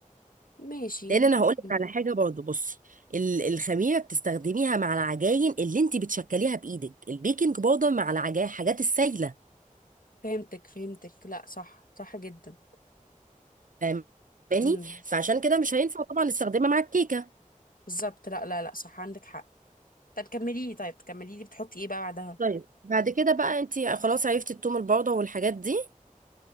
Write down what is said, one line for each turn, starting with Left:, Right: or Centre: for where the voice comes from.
Left: ماشي
Right: لان انا
Left: ممكن
Right: هقول لك على حاجة برضو بصي ال- الخميرة بتستخدميها مع العجاين اللي انت بتشكليها بايدك البيكنج باودر مع العجاين حاجات السايلة
Left: فهمتك فهمتك لا صح صح جدا
Right: فاهماني
Left: امم
Right: فعشان كده مش هينفع طبعا نستخدمها مع الكيكة
Left: بالظبط لا لا لا صح عندك حق طب كملي لي طيب كملي لي بتحطي ايه بقى بعدها
Right: طيب بعد كده بقى انت خلاص عرفتي التوم البودرة والحاجات دي